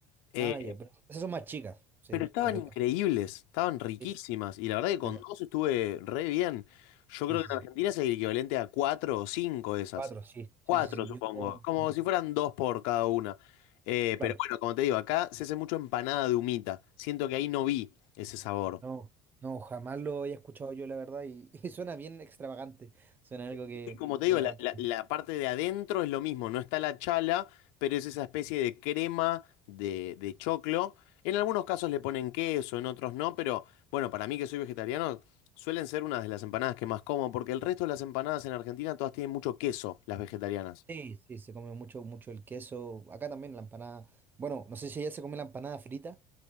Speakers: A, on the left; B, on the right.
A: Eh,
B: Ah, ya, pero esas son más chicas, sí,
A: pero estaban
B: pero
A: increíbles,
B: igual.
A: estaban riquísimas.
B: Sí,
A: Y la verdad que con
B: rica.
A: dos estuve re bien. Yo
B: sí,
A: creo
B: sí.
A: que
B: sí.
A: en Argentina es el equivalente a cuatro o cinco de esas.
B: Cuatro, sí,
A: Cuatro,
B: sí, sí, sí.
A: supongo.
B: Yo,
A: Como si fueran dos por cada una. Eh,
B: claro.
A: pero bueno, como te digo, acá se hace mucho empanada de humita. Siento que ahí no vi ese sabor.
B: No, no, jamás lo había escuchado yo, la verdad, y, <laughs> y suena bien extravagante. Suena algo que,
A: y Como te
B: que
A: digo, la,
B: hay
A: la-
B: que...
A: la parte de adentro es lo mismo, no está la chala, pero es esa especie de crema de, de choclo. En algunos casos le ponen queso, en otros no, pero bueno, para mí que soy vegetariano, suelen ser una de las empanadas que más como, porque el resto de las empanadas en Argentina todas tienen mucho queso, las vegetarianas.
B: Sí, sí, se come mucho, mucho el queso. Acá también la empanada. Bueno, no sé si allá se come la empanada frita.